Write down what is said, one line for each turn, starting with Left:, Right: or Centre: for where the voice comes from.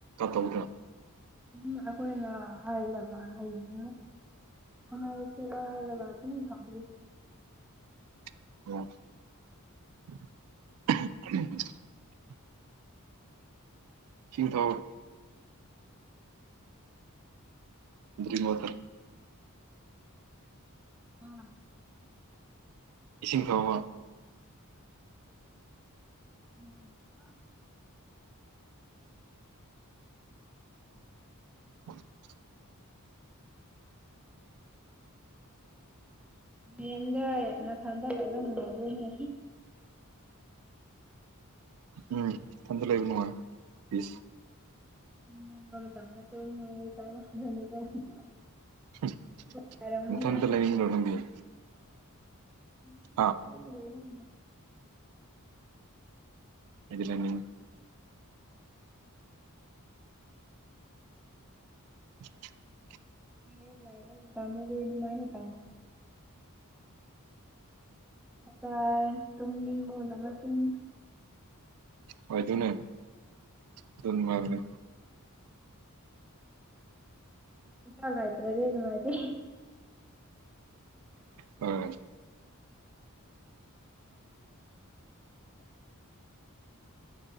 Right: ꯇꯧꯗ꯭ꯔꯥ
Centre: ꯎꯝ ꯑꯈꯣꯏꯅ ꯍꯥꯏꯒꯗꯕ ꯍꯌꯦꯡ ꯍꯣꯠꯅꯔꯁꯤꯔ ꯍꯥꯏꯔ ꯑꯗꯨꯝ ꯊꯝꯕ
Right: ꯑꯣ ꯏꯁꯤꯡ ꯊꯛ ꯑꯣ ꯑꯗꯨꯒꯤ ꯃꯍꯨꯠꯇ
Centre: ꯑꯥ
Right: ꯏꯁꯤꯡ ꯊꯛ ꯑꯣꯕ
Centre: ꯑꯝ ꯑꯝ
Right: <inaudible>
Centre: ꯔꯦꯟꯗ ꯅꯊꯟꯗ ꯂꯩꯕ ꯅꯨꯡꯉꯥꯏꯕ꯭ꯔꯅꯦ
Right: ꯎꯝ ꯏꯊꯟꯗ ꯂꯩꯕ ꯅꯨꯡꯉꯥꯏ
Centre: <unintelligible>
Right: ꯍꯝ
Centre: ꯅꯨꯡꯉꯥꯏꯔꯝꯒꯅꯤꯗ
Right: ꯅꯊꯟꯇ ꯂꯩꯔꯤꯔꯣ ꯅꯪꯗꯤ
Centre: <unintelligible>
Right: ꯍꯥ ꯑꯩꯗꯤ ꯂꯩꯅꯤꯡꯉꯤ <inaudible>
Centre: ꯔꯦꯟ ꯂꯩꯕ ꯃꯇꯝꯗꯤ ꯑꯗꯨꯃꯥꯏ <unintelligible> <unintelligible> ꯇꯨꯝꯅꯤꯡꯕ ꯃꯇꯝꯗ ꯇꯨꯝ
Right: ꯑꯣꯏꯗꯣꯏꯅꯦ ꯑꯗꯨ ꯅꯨꯡꯉꯥꯏꯕꯗꯣ
Centre: ꯎꯝ ꯄꯩꯁꯥ ꯂꯩꯇ꯭ꯔꯗꯤ ꯅꯨꯡꯉꯥꯏꯇꯦ
Right: ꯍꯣꯏ